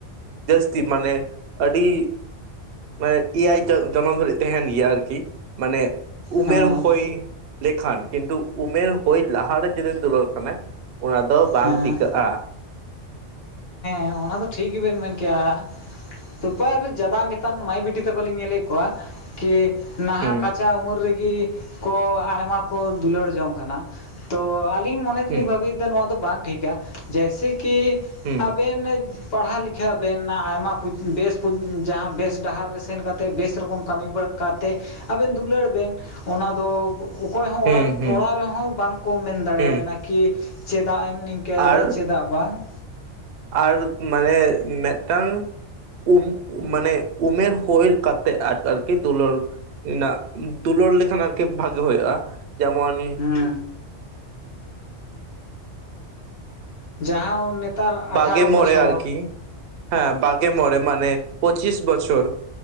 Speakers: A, on the right (about 60°); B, on the left (about 55°).
A: ᱡᱟᱹᱥᱛᱤ ᱢᱟᱱᱮ ᱟᱹᱰᱤ ᱢᱟᱱᱮ ᱮᱭᱟᱭ ᱡᱚᱱᱚᱢ ᱫᱷᱟᱹᱨᱤᱡ ᱛᱟᱦᱮᱱ ᱜᱮᱭᱟ ᱟᱨᱠᱤ ᱢᱟᱱᱮ ᱩᱢᱮᱨ
B: ᱦᱮᱸ
A: ᱦᱚᱭ ᱞᱮᱠᱷᱟᱱ ᱠᱤᱱᱛᱩ ᱩᱢᱮᱨ ᱦᱩᱭ ᱞᱟᱦᱟᱨᱮ ᱡᱩᱫᱤ ᱫᱩᱞᱟᱹᱲ ᱠᱷᱟᱱᱮ ᱚᱱᱟ ᱫᱚ ᱵᱟᱝ
B: ᱦᱮᱸ
A: ᱴᱤᱠᱟᱹᱜᱼᱟ
B: ᱮ ᱚᱱᱟ ᱫᱚ ᱴᱷᱤᱠ ᱜᱮᱵᱮᱱ ᱢᱮᱱ ᱠᱮᱜᱼᱟ ᱛᱯᱟᱨ ᱡᱟᱫᱟ ᱱᱮᱛᱟᱨ ᱢᱟᱹᱭ ᱵᱤᱴᱤ ᱛᱟᱠᱚ ᱞᱤᱧ ᱧᱮᱞᱮᱫ ᱠᱚᱣᱟ ᱠᱤ ᱱᱟᱦᱟᱸᱜ
A: ᱦᱩᱸ
B: ᱠᱟᱪᱟ ᱩᱢᱮᱨ ᱨᱮᱜᱮ ᱠᱚ ᱟᱭᱢᱟ ᱠᱚ ᱫᱩᱞᱟᱹᱲ ᱡᱚᱝ ᱠᱟᱱᱟ ᱛᱚ ᱟᱹᱞᱤᱧ ᱢᱚᱱᱮ ᱛᱮᱞᱤᱧ
A: ᱦᱩᱸ
B: ᱵᱷᱟᱹᱵᱤ ᱱᱚᱣᱟ ᱫᱚ ᱵᱟᱝ ᱴᱷᱤᱠᱟ ᱡᱮᱭᱥᱮ ᱠᱤ
A: ᱦᱩᱸ
B: ᱟᱵᱮᱱ ᱯᱟᱲᱦᱟ ᱞᱤᱠᱷᱟ ᱵᱮᱱ ᱟᱭᱢᱟ ᱯᱩᱡ ᱵᱮᱥ ᱯᱩᱡ ᱵᱮᱥ ᱰᱟᱦᱟᱨ ᱨᱮ ᱥᱮᱱ ᱠᱟᱛᱮ ᱵᱮᱥ ᱨᱚᱠᱚᱢ ᱠᱟᱹᱢᱤ ᱵᱟᱲ ᱠᱟᱛᱮ ᱟᱵᱮᱱ ᱫᱩᱞᱟᱹᱲ ᱵᱮᱱ ᱚᱱᱟ ᱫᱚ ᱚᱠᱚᱭ ᱦᱚᱸ
A: ᱦᱩᱸ
B: ᱚᱲᱟᱜ
A: ᱦᱩᱸ
B: ᱚᱲᱟᱜ ᱨᱮᱦᱚᱸ ᱵᱟᱝᱠᱚ ᱢᱮᱱ ᱫᱟᱲᱮ
A: ᱦᱩᱸ
B: ᱭᱟᱵᱮᱱᱟ ᱠᱤ ᱪᱮᱫᱟᱜ ᱮᱢ ᱱᱤᱝᱠᱟᱹ ᱠᱮᱭᱫᱟ
A: ᱟᱨ
B: ᱪᱮᱫᱟᱜ ᱵᱟᱝ
A: ᱟᱨ ᱢᱟᱱᱮ ᱢᱮᱫᱴᱟᱝ ᱩᱢ ᱢᱟᱱᱮ ᱩᱢᱮᱨ ᱦᱩᱭ ᱠᱟᱛᱮ ᱟᱨ ᱟᱨᱠᱤ ᱫᱩᱞᱟᱹᱲ ᱨᱮᱱᱟᱜ ᱫᱩᱞᱟᱹᱲ ᱞᱮᱠᱷᱟᱱ ᱟᱨᱠᱤ ᱵᱷᱟᱜᱤ ᱦᱩᱭᱩᱜᱼᱟ ᱡᱮᱢᱚᱱ
B: ᱦᱮᱸ ᱡᱟᱦᱟᱸᱶ ᱱᱮᱛᱟᱨ ᱟᱴᱷᱟᱨᱚ
A: ᱵᱟᱜᱮ
B: ᱵᱚᱪᱷᱚᱨ
A: ᱢᱚᱬᱮ ᱟᱨᱠᱤ ᱦᱮᱸ ᱵᱟᱜᱮ ᱢᱚᱬᱮ ᱢᱟᱱᱮ ᱯᱚᱸᱪᱤᱥ ᱵᱚᱪᱷᱚᱨ